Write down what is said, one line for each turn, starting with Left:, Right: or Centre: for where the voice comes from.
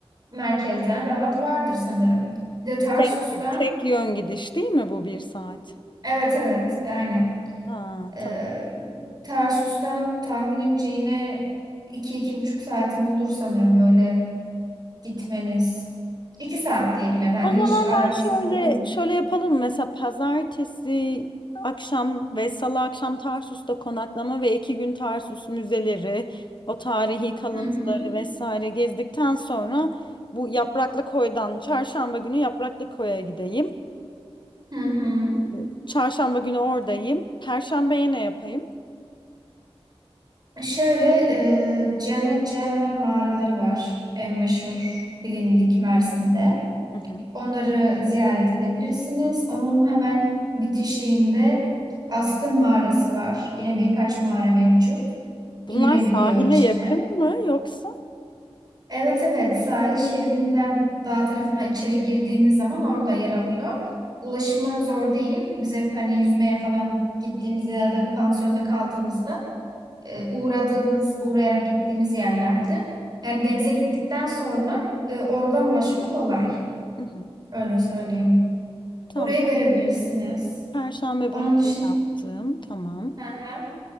Right: merkezden rahat vardır sanırım. Bir de Tarsus'tan
Left: Tek, tek yön gidiş değil mi bu bir saat?
Right: evet evet aynen.
Left: Ha,
Right: Ee,
Left: tamam.
Right: Tarsus'tan tahminimce yine iki iki buçuk saati bulur sanırım böyle gitmeniz. İki saat diyelim ya da hani
Left: O zaman
Right: hiç aralıksız
Left: ben şöyle
Right: değil mi?
Left: şöyle yapalım. Mesela pazartesi akşam ve salı akşam Tarsus'ta konaklama ve iki gün Tarsus müzeleri, o tarihi kalıntıları
Right: Hı hı.
Left: vesaire gezdikten sonra bu Yapraklı Koy'dan çarşamba günü Yapraklı Koy'a gideyim.
Right: Hı hı.
Left: Ee, Çarşamba günü oradayım. Perşembeye ne yapayım?
Right: Şöyle e, cennet cehennem mağaraları var. En meşhur bilindik Mersin'de.
Left: Hı hı.
Right: Onları ziyaret edebilirsiniz. Onun hemen bitişiğinde Astın Mağarası var. Yine birkaç mağara mevcut. İnilebiliyor
Left: Bunlar sahile
Right: içine.
Left: yakın mı yoksa?
Right: Evet evet sahil şeridinden dağ tarafına içeri girdiğiniz zaman orada yer alıyor. Ulaşımı zor değil. Biz hep hani yüzmeye falan gittiğimizde ya da bir pansiyonda kaldığımızda e, uğradığımız, uğrayarak gittiğimiz yerlerdi. Yani denize gittikten sonra e, oradan ulaşımı kolay.
Left: Hı hı.
Right: Öyle söyleyeyim.
Left: Tamam.
Right: Oraya görebilirsiniz.
Left: Perşembe
Right: Onun
Left: bunları
Right: dışında
Left: yaptım. Tamam.
Right: Hı hı.